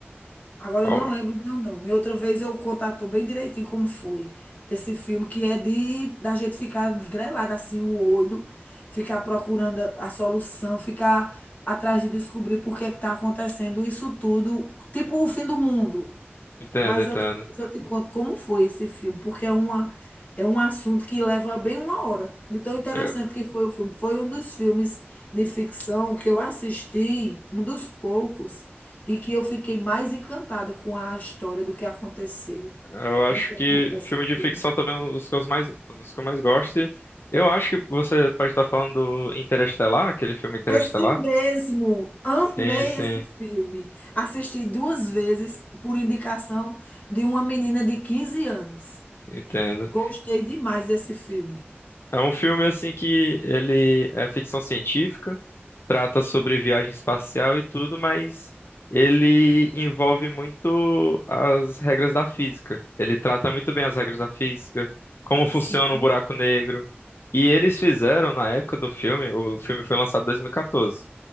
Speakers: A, on the left (about 40°); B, on the left (about 65°).
A: Agora
B: Qual?
A: eu não lembro o meu nome. Outra vez eu contato bem direitinho como foi esse filme, que é de da gente ficar grelado assim o olho, ficar procurando a a solução, ficar atrás de descobrir por que está acontecendo isso tudo, tipo o fim do mundo.
B: Entendo,
A: Mas
B: entendo.
A: outra vez eu te conto como foi esse filme, porque é uma, é um assunto que leva bem uma hora. De tão interessante
B: Eu,
A: que foi o filme. Foi um dos filmes de ficção que eu assisti, um dos poucos, e que eu fiquei mais encantada com a história do que aconteceu,
B: eu acho
A: do que
B: que
A: aconteceu.
B: filme de ficção também é um dos que eu mais, um dos que eu mais gosto. E Eu acho que você pode estar falando do Interestelar, aquele filme Interestelar.
A: Esse mesmo, amei
B: Sim, sim,
A: esse filme. Assisti duas vezes por indicação de uma menina de 15 anos.
B: entendo.
A: Gostei demais desse filme.
B: É um filme assim que ele é ficção científica, trata sobre viagem espacial e tudo, mas ele envolve muito as regras da física. Ele trata muito bem as regras da física, como funciona
A: Sim.
B: um buraco negro. E eles fizeram na época do filme, o filme foi lançado em 2014.